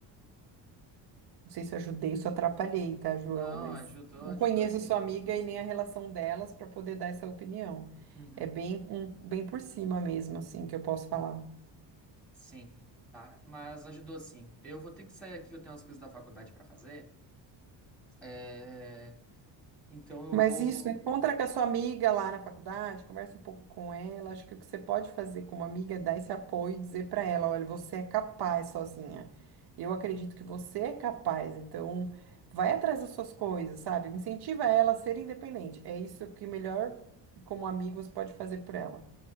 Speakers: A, on the right; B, in the centre.
A: Não sei se eu ajudei, se eu atrapalhei, tá, João?
B: Não,
A: Mas
B: ajudou,
A: não
B: ajudou
A: conheço
B: sim.
A: sua amiga e nem a relação delas para poder dar essa opinião.
B: Uhum,
A: É bem, um- bem por cima mesmo, assim, que eu posso falar.
B: sim. Tá, mas ajudou sim. Eu vou ter que sair aqui, eu tenho umas coisas da faculdade pra fazer. É... Então eu
A: Mas
B: vou.
A: isso, encontra com a sua amiga lá na faculdade, conversa um pouco com ela. Acho que o que você pode fazer como amiga é dar esse apoio e dizer para ela: olha, você é capaz sozinha. Eu acredito que você é capaz, então vai atrás das suas coisas, sabe? Incentiva ela a ser independente. É isso que melhor, como amigo, você pode fazer por ela.